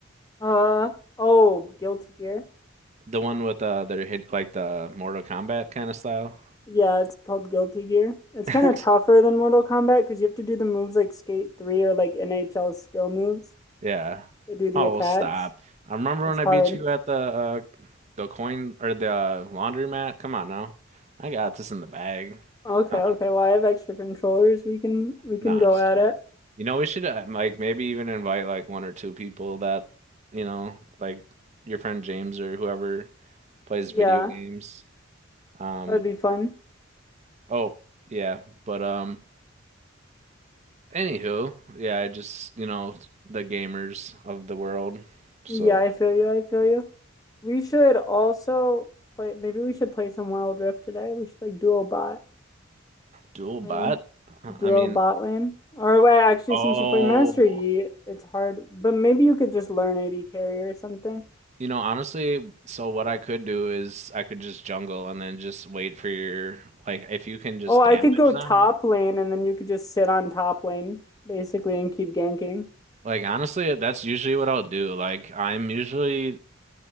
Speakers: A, on the left; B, on the right.
A: Uh oh, Guilty Gear.
B: The one with uh that hit like the Mortal Kombat kind of style?
A: Yeah, it's called Guilty Gear. It's
B: <laughs>
A: kind of tougher than Mortal Kombat because you have to do the moves like Skate 3 or like NHL skill moves
B: Yeah.
A: to do the
B: Oh,
A: attacks.
B: stop. I remember
A: It's
B: when
A: hard.
B: I beat you at the uh the coin or the uh, laundromat. Come on now. I got this in the bag.
A: Okay,
B: No,
A: okay. Well, I have extra controllers. We can we can
B: Nah,
A: go
B: I'm just
A: at
B: joking.
A: it.
B: You know, we should uh, like maybe even invite like one or two people that, you know, like your friend James or whoever plays
A: Yeah,
B: video games. Um,
A: that'd be fun.
B: oh, yeah, but um anywho, yeah, I just, you know, the gamers of the world. So,
A: Yeah, I feel you. I feel you. We should also play. Maybe we should play some Wild Rift today. We should like duo bot.
B: dual bot?
A: lane,
B: Uh,
A: duo
B: I mean,
A: bot lane. Or wait, actually,
B: oh,
A: since you play Master Yi, it's hard. But maybe you could just learn AD carry or something.
B: you know, honestly, so what I could do is I could just jungle and then just wait for your like if you can just
A: Oh, I
B: damage
A: could go
B: them.
A: top lane, and then you could just sit on top lane basically and keep ganking.
B: Like honestly, that's usually what I'll do. Like I'm usually